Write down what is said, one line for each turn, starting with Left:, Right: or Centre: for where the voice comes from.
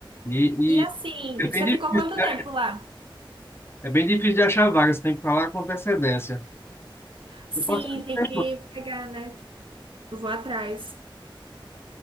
Left: E,
Right: E assim,
Left: e é
Right: você
Left: bem difícil,
Right: ficou quanto
Left: né?
Right: tempo lá?
Left: É bem difícil de achar vaga, você tem que falar com antecedência.
Right: Sim,
Left: Eu posso ter
Right: tem
Left: tempo.
Right: que pegar, né? Vou atrás.